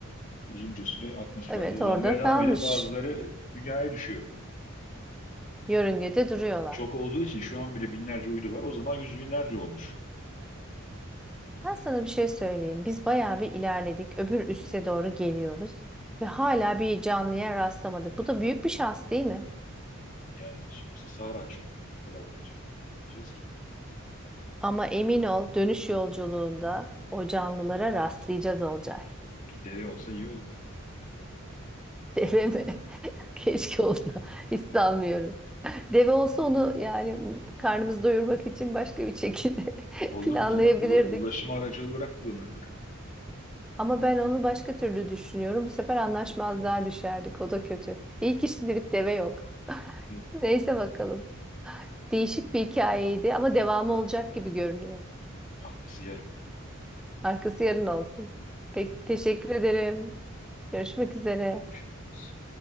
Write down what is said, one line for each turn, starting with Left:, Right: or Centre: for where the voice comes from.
Left: uzunca süre atmosferde
Centre: Evet
Left: dolanmaya
Centre: orada kalmış.
Left: devam ediyor. Bazıları dünyaya düşüyor.
Centre: Yörüngede duruyorlar.
Left: Çok olduğu için şu an bile binlerce uydu var. O zaman yüz binlerce olmuş.
Centre: Ben sana bir şey söyleyeyim. Biz bayağı bir ilerledik. Öbür üste doğru geliyoruz. Ve hala bir canlıya rastlamadık. Bu da büyük bir şans değil mi?
Left: Yani sonuçta Sahra çölü. Ne kadar canlı isteyeceğiz ki?
Centre: Ama emin ol dönüş yolculuğunda o canlılara rastlayacağız Olcay.
Left: Bir deve olsa iyi olur.
Centre: Deve mi? <laughs> Keşke olsa. İstemiyorum. Deve olsa onu yani karnımızı doyurmak için başka bir şekilde
Left: Olur
Centre: <laughs> planlayabilirdik.
Left: mu canım? Ula- ulaşım aracı olarak kullanırdık.
Centre: Ama ben onu başka türlü düşünüyorum. Bu sefer anlaşmazlığa düşerdik. O da kötü. İyi ki şimdilik deve yok. <laughs>
Left: Evet.
Centre: Neyse bakalım. Değişik bir hikayeydi ama devamı olacak gibi görünüyor.
Left: Arkası yarım.
Centre: Arkası yarın olsun. Peki
Left: Tamam.
Centre: teşekkür ederim. Görüşmek üzere.
Left: Düşünürüz.